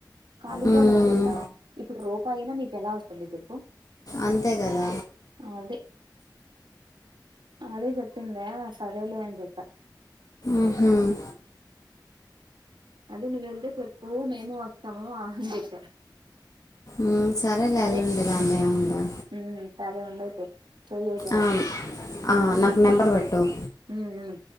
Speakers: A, on the right (about 85°); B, on the left (about 50°).
A: ఖాళీగా
B: మ్మ్.
A: లేకుండా, ఇప్పుడు రూపాయినా నీకు ఎలా వస్తుంది చెప్పు.
B: అంతేగదా
A: అదే అదే చెప్పిందా, <unintelligible> సరేలే అని జెప్ప
B: ఉహుమ్
A: అదే నువ్ వెళ్తే చెప్పు, మేము వస్తాము ఆహా అని చెప్పా.
B: మ్, సరేలే
A: సరే
B: ఎల్లండి రమ్య అందా
A: ఉమ్ సరే ఉండైతే చెయ్యి అయితే
B: ఆ,
A: నాకు,
B: ఆ,
A: దీనికి
B: నాకు నెంబర్
A: చెయిన్
B: పెట్టు
A: ఉమ్మ్ ఉమ్